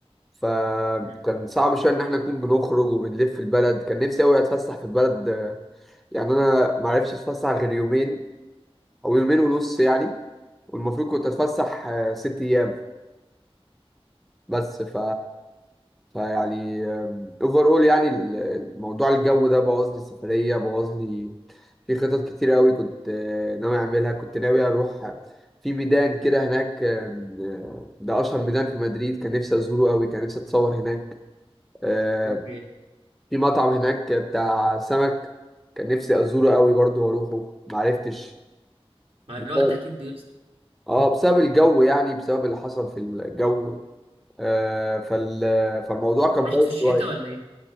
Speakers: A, in the centre; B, on the right.
A: فكان
B: مم.
A: صعب شويه ان احنا نكون بنخرج وبنلف في البلد كان نفسي قوي اتفسح في البلد آه، يعني انا ما عرفتش اتفسح غير يومين او يومين ونص يعني والمفروض كنت اتفسح آه، ست ايام بس ف فيعني اوفر اول يعني ال- الموضوع الجو ده بوظ لي السفريه بوظ لي في خطط كتير قوي كنت آه، ناوي اعملها كنت ناوي اروح في ميدان كده هناك آم، آه، ده اشهر ميدان في مدريد كان نفسي ازوره قوي كان نفسي اتصور هناك آه،
B: اوكي
A: في مطعم هناك بتاع سمك كان نفسي ازوره قوي برضو واروحه معرفتش
B: مع
A: بسبب
B: الوقت اكيد بيظبط
A: اه بسبب الجو يعني بسبب اللي حصل في الجو آه فال... فالموضوع كان
B: رحت
A: بايظ
B: في الشتاء
A: شويه
B: ولا ايه